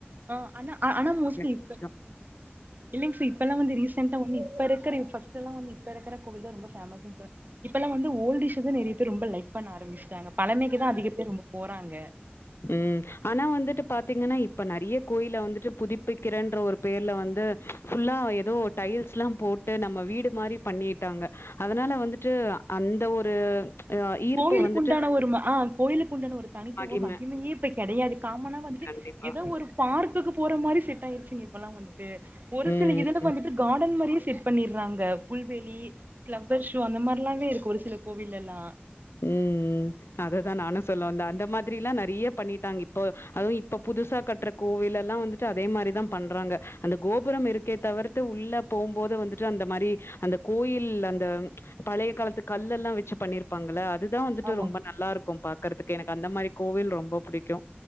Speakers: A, on the right; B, on the left.
A: அஹ் அனா அ ஆனா மோஸ்லீ இப்ப
B: பிடிக்கும்.
A: இல்லைங்சீ இப்பல்லா வந்து ரீசன்டா ஒன்னு <unintelligible> ப்பருக்கற <unintelligible> ஃபஸ்டெல்லா வந்து இப்ப இருக்கற கோவில் தா ரொம்ப ஃபேமஸ்ஸுங்க இப்பல்லா வந்து ஓல்டிஷு தா நெறயா பேர் ரொம்ப லைக் பண்ண ஆரம்பிச் டாங்க பழமைக்கு தா அதிக பேர் ரொம்ப போறாங்க
B: உம் ஆனா வந்துட்டு பாத்தீங்கன்னா இப்ப நறிய கோயில வந்துட்டு புதுப்பிக்கிறன்ற ஒரு பேர்ல வந்து ஃபுல்லா ஏதோ டைல்ஸ்ல்லா போட்டு நம்ம வீடு மாரி பண்ணிட்டாங்க அதனால வந்துட்டு அந்த ஒரு அ ஈர்ப்பு
A: கோவிலுக்குண்டான
B: வந்துட்டு
A: ஒரு ம ஆஹ், கோயிலுக்குண்டான ஒரு தனித்துவோ
B: ஆகிமே
A: மகி மயே இப்ப கெடையாது காமனா வந்துட்டு
B: கண்டிப்பா.
A: எதோ ஒரு பார்க்குக்கு போற மாரி செட்டாயிருச்சுங்க இப்பெல்லா வந்துட்டு ஒரு
B: ம்.
A: சில இதுல வந்துட்டு காடன் மாரியே செட் பண்ணிர்றாங்க புல்வெளி ஃபிளவர் ஷோ அந்த மாரில்லாவே இருக்கு ஒரு சில கோவிலெல்லா
B: உம் உம் அத தா நானு சொல்ல வந்தே அந்த மாதிரில்லா நெறைய பண்ணிட்டாங்க இப்போ அதுவு இப்ப புதுசா கட்ற கோவில் எல்லா வந்துட்டு அதே மாரி தா பண்றாங்க அந்த கோபுரம் இருக்கே தவர்த்து உள்ள போம்போது வந்துட்டு அந்த மாரி அந்த கோயில் அந்த பழைய காலத்து கல்லெல்லா வெச்சு பண்ணிருப் பாங்கல்ல அது தா வந்துட்டு
A: ஆமா
B: ரொம்ப நல்லாருக்கு பா க்கறதுக்கு எனக்கு அந்த மாரி கோவில் ரொம்ப புடிக்கு